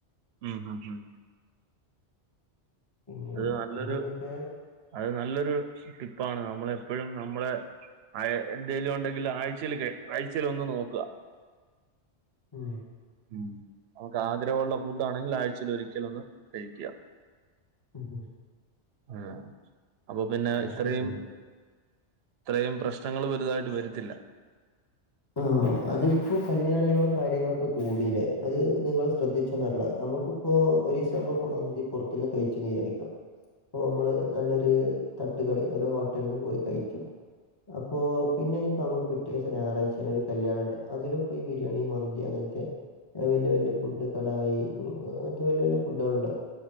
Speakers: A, on the right; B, on the left.
A: ഉം ഉം ഉം
B: പിന്നെ
A: അത് നല്ലൊരു
B: പിന്നെന്തൊക്കെ
A: അത് നല്ലൊരു ടിപ്പാണ് നമ്മളെപ്പോഴും നമ്മളെ ആ എന്തെലും ഉണ്ടെങ്കിൽ ആഴ്ചെലൊക്കെ ആഴ്ചേലൊന്ന് നോക്കുക
B: ഉം
A: ഉം നമുക്ക് ആഗ്രഹമുള്ള ഫുഡ് ആണെങ്കിൽ ആഴ്ചൽ ഒരിക്കലൊന്ന് കഴിക്കക
B: ഉം
A: ഉം അപ്പൊ പിന്നെ
B: അതൊക്കെ
A: ഇത്രയും
B: പിന്നെ
A: ഇത്രയും പ്രശ്നങ്ങള് വലുതായിട്ട് വരത്തില്ല <inaudible>
B: ആ അതിപ്പോ കല്യാണങ്ങളും കാര്യങ്ങളൊക്കെ കൂടിലെ അത് നിങ്ങള് ശ്രദ്ധിച്ചൊന്നറില്ല നമുക്ക് ഇപ്പൊ ഒരീസം നമ്മള് ഇപ്പൊ മന്തി പുറത്തുന്ന് കഴിച്ചു വിചാരിക്കാ പ്പൊ നമ്മള് നല്ലൊരു തട്ടുകടി ഒരു ഹോട്ടൽന്ന് പോയി കഴിക്കും അപ്പൊ പിന്നെനിപ്പോ നമുക്ക് ഞായാഴ്ച പിന്നെ ഒരു കല്യാണം ഉണ്ട് അതിലപ്പോഈ ബിരിയാണി മന്തി അങ്ങനത്തെ വല്യ വല്യ ഫുഡ് കടായി അങ്ങനത്തെ വല്യ വലിയ ഫുഡുകൾ ഉണ്ടാവും